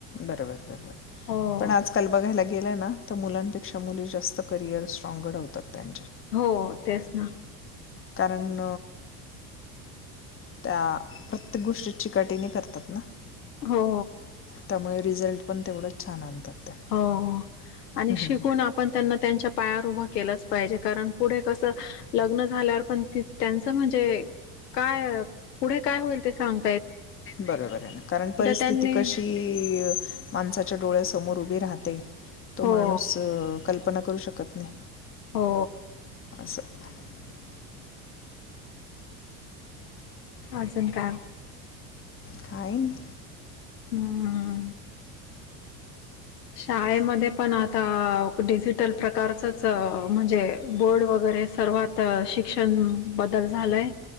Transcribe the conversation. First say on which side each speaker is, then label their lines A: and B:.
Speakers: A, on the left; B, on the left.
A: बरोबर बबर
B: हो.
A: पण आ काल बघायला गे ना तर मुलांपेक्षा. च्या मुली जास्त करिअर स्ट्रॉंग घडवतात त्यांच्या.
B: हो तेच ना.
A: कारण. त्या प्रत्येक गोष्टी चिकटीने करतात ना.
B: हो.
A: त्यामुळे रिझल्ट पण तेवढंच छान आणतात. त्या
B: हो. आणि
A: हं,
B: शिकून
A: हं, हं.
B: आपण त्यांना त्यांच्या पायावर उभं केलंच पाहिजे कारण पुढे कस लग्न झा. ण त्यांच म्हणजे काय पुढे काय होईल ते सांग.
A: बरोबर आहे ना कारण परिस्थिती
B: त्यांनी
A: कशी माणसाच्या डोळ्यासमोर उभी राहते. तो
B: हो,
A: माणूस कल्पना करू शकत नाही.
B: हो.
A: स <inaudible>
B: अजून का.
A: खायनी.
B: हम्म. शाळेमध्ये पण आता डिजिटल प्रकारचच म्हणजे बोर्ड वगरे. वगैरे सर्वात शिक्षण बदल झालंय.